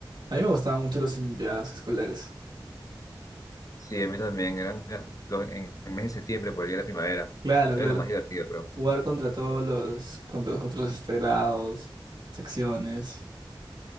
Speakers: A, on the right; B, on the left.
A: A mí me gustaban mucho las Olimpiadas escolares.
B: Sí, a mí también. Eran, eran los- en el mes de septiembre, por el día de la primavera.
A: Claro,
B: Era
A: claro.
B: lo más divertido, creo.
A: Jugar contra todos los, contra los otros este, grados, secciones.